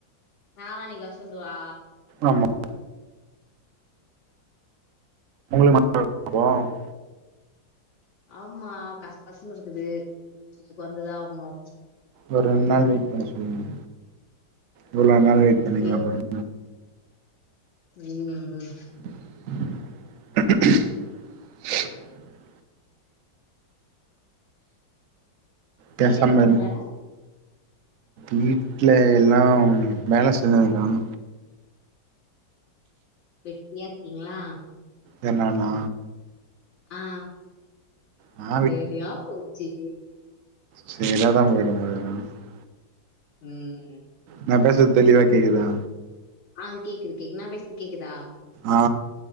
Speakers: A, on the left; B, on the right.
A: நாளாண்ணைக்கு வர சொல்லவா
B: ஆமா உங்கள <inaudible>
A: ஆமா கஷ் கஷ்னு இருக்குது அதுக்கு வந்துதா ஆகணு
B: ஒரு ரெண்டு நாள் வெயிட் பண்ண சொல்லுங்க இவ்ளோ நாள் வெயிட்
A: ஓகே
B: பண்ணீங்க அப்பறோ
A: ம் ம்
B: <inaudible>
A: வீட்ல
B: பேசாம
A: என்ன
B: இரு
A: பண்றாங்க
B: வீட்ல எல்லா வேல செஞ் இருக்காங்க
A: வெட்டியா இருக்கீங்களா
B: யார் நானா
A: ஆ
B: நா
A: சரியா போச்சு
B: சல தா போரும் போது <unintelligible>
A: ம்
B: நா போசுறது தெளிவா கேக்குதா
A: ஆ கேக்குது கேக்குது நா பேசுறது கேக்குதா
B: ஆ